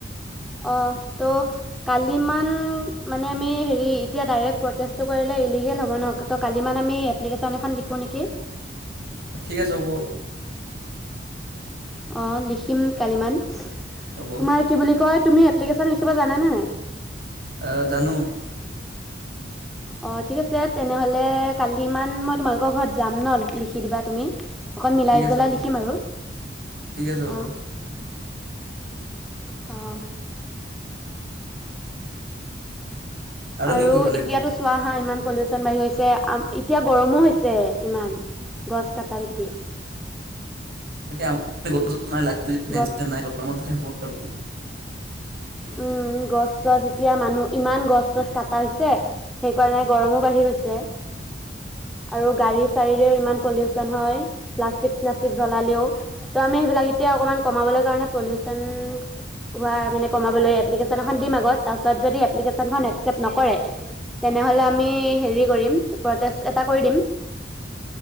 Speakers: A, in the centre; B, on the right.
A: অ ত' কালিমান মানে আমি হেৰি এতিয়া ডাইৰেক্ট প্ৰটেষ্টটো কৰিলে ইলিগেল হ'ব নহ। ত' কালিমান আমি এপ্লিকেশ্যন এখন লিখোঁ নেকি?
B: ঠিক আছে হ'ব।
A: অ লিখিম কালিমান। তোমাৰ
B: হ'ব
A: কি বুলি কয় তুমি এপ্লিকেশ্যন লিখিব জানা নে নাই?
B: অ জানো।
A: অ ঠিক আছে তেনেহলে কালি ইমান মই তোমালোকৰ ঘৰত যাম ন লিখি দিবা তুমি। অকণ মিলাই
B: ঠিক আছে
A: জলাই
B: হ'ব
A: লিখিম আৰু
B: ঠিক আছে হ'ব
A: অ। আহ। আৰু
B: কি কৰিব লাগিব
A: এতিয়াতো চোৱা হা ইমান পলিউচন বাঢ়ি গৈছে, আম এতিয়া গৰমো হৈছে ইমান, গছ কটা দেখি।
B: এয়া <inaudible> <unintelligible>
A: গছ উম, গছ চছ এতিয়া
B: <unintelligible>
A: মানুহ ইমান গছ চছ কাটা হৈছে। সেইকাৰণে গৰমো বাঢ়ি গৈছে। আৰু গাড়ী চৰিৰেও ইমান পলিউচন হয়। প্লাষ্টিক- চ্লাষ্টিক জ্বলালেও ত' আমি সেইবিলাক তেতিয়া অকণমান কমাবলৈ কাৰণে পলিউচন হোৱা মানে কমাবলৈ এপ্লিকেশ্যন এখন দিম আগত তাৰপিছত যদি এপ্লিকেচ <unintelligible> একচেপ্ট নকৰে তেনেহলে আমি হেৰি কৰিম, প্ৰটেষ্ট এটা কৰি দিম।